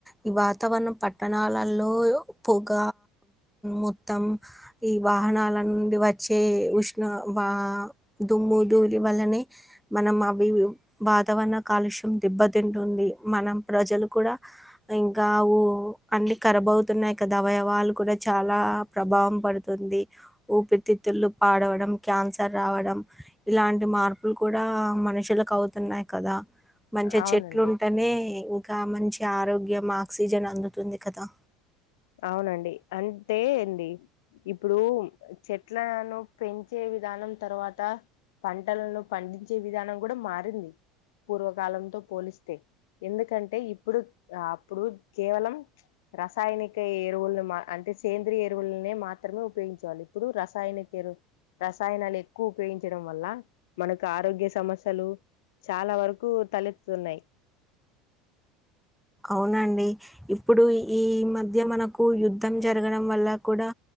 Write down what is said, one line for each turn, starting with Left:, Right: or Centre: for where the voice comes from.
Centre: ఈ వాతావరణం పట్టణాలల్లో పొగ మొత్తం ఈ వాహనాల నుండి వచ్చే ఉష్ణ వా దుమ్ము ధూళి వల్లనే మనం అవి వాతావరణ కాలుష్యం దిబ్బతింటుంది మనం ప్రజలు కూడా ఇంకా ఊ అన్ని ఖరబవుతున్నాయి కదా అవయవాలు కూడా చాలా ప్రభావం పడుతుంది. ఊపితిత్తులు పాడవడం క్యాన్సర్ రావడం ఇలాంటి మార్పులు కూడా మనుషులకు అవుతున్నాయి కదా. మంచిగా
Left: అవునండి
Centre: చెట్లు ఉంటనే ఇంకా మంచి ఆరోగ్యం, ఆక్సిజన్ అందుతుంది కదా.
Left: అవునండి అంటే అండి ఇప్పుడు చెట్లను పెంచే విధానం తర్వాత, పంటలను పండించే విధానం కూడా మారింది. పూర్వకాలంతో పోలిస్తే, ఎందుకంటే ఇప్పుడు అప్పుడు కేవలం రసాయని. కె ఎరువులను మా అంటే సేంద్రీయ ఎరువులనే మాత్రమే ఉపయోగించే వాళ్ళు, ఇప్పుడు రసాయనిక ఎరువు, రసాయనాలు ఎక్కువ ఉపయోగించడం వల్ల మనకు ఆరోగ్య సమస్యలు చాలా వరకు తలెత్తుతున్నాయి.
Centre: అవునా అండి ఇప్పుడు ఈ మధ్య మనకు యుద్ధం జరగడం వల్ల కూడా,